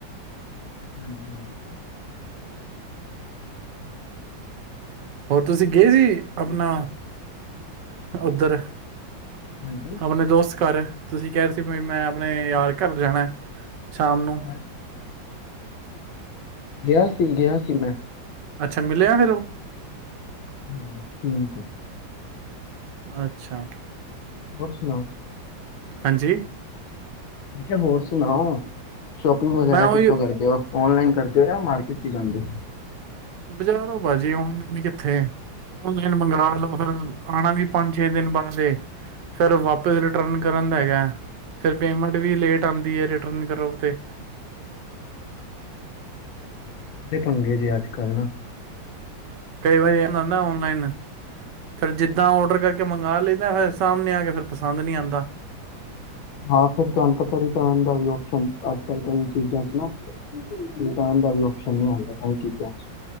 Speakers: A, on the left; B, on the right.
A: ਹਾਂਜੀ- ਹਾਂਜੀ।
B: ਹੋਰ ਤੁਸੀਂ ਗਏ ਸੀ। ਆਪਣਾ ਉੱਧਰ ਅਪਣੇ
A: ਹਾਂਜੀ
B: ਦੋਸਤ ਘਰ ਤੁਸੀਂ ਕਹਿ ਰਹੇ ਸੀ ਬਈ ਮੈਂ ਆਪਣੇ ਯਾਰ ਘਰ ਜਾਣਾ। ਸ਼ਾਮ ਨੂੰ
A: ਹਾਂਜੀ। ਗਿਆ ਸੀ। ਗਿਆ ਸੀ। ਮੈਂ
B: ਅੱਛਾ, ਮਿਲਿਆ ਫਿਰ ਉਹ
A: ਹਾਂ ਠੀਕ ਹੈ
B: ਅੱਛਾ
A: ਹੋਰ ਸੁਣਾਓ।
B: ਹਾਂਜੀ।
A: ਮੈਂ ਕਿਹਾ ਹੋਰ ਸੁਣਾਓ। ਸ਼ੋਪਿੰਗ
B: ਮੈਂ
A: ਵਗੈਰਾ
B: ਉਹੀ
A: ਕਿੱਥੋਂ ਕਰਦੇ ਹੋ? ਔਨਲਾਈਨ ਕਰਦੇ ਆ, ਮਾਰਕੀਟ ਚ ਜਾਂਦੇ
B: ਬਜ਼ਾਰੋ ਭਾਜੀ ਹੁਣ ਉਮੀਦ ਕਿੱਥੇ ਓਨਲਾਇਨ ਮਗਾਲੋ ਫਿਰ ਆਨਾ ਨੀ ਪੰਜ ਛੇ ਦਿਨ ਬਾਦ ਏ ਫੇਰ ਵਾਪਸ ਫੇਰ ਰਿਟਰਨ ਕਰਨ ਦਾ ਹੈਗਾ ਫ ਪੇਮੈਂਟ ਵੀ ਲੇਟ ਆਉਂਦੀ ਆ ਰਿਟਰਨ ਕਰੋ ਤੇ
A: ਬੜੇ ਪੰਗੇ ਜੇ ਅੱਜਕੱਲ ਨਾ
B: ਕਈ ਵਾਰੀ ਆਨਾ ਔਨਲਾਈਨ ਫ ਜਿੱਦਾਂ ਔਡਰ ਕਰਕੇ ਮੰਗਵਾ ਲਈ ਦਾ ਫਿਰ ਸਾਹਮਣੇ ਆ ਕੇ ਫਿਰ ਪਸੰਦ ਨਹੀਂੀ ਆਉਂਦਾ
A: ਹਾਂ ਫਿਰ ਤੁਹਾਨੂੰ ਪਤਾ ਰੀਟਰਨ ਦਾ ਵੀ ਆਪਸ਼ਨ ਅੱਜ ਕਲ ਕਇ ਚੀਜ਼ਾਂ ਚ ਨਾ ਰਿਟਰਨ ਦਾ ਵੀ ਆਪਸ਼ਨ ਆਉਂਦਾ ਕਈ ਚੀਜ਼ਾਂ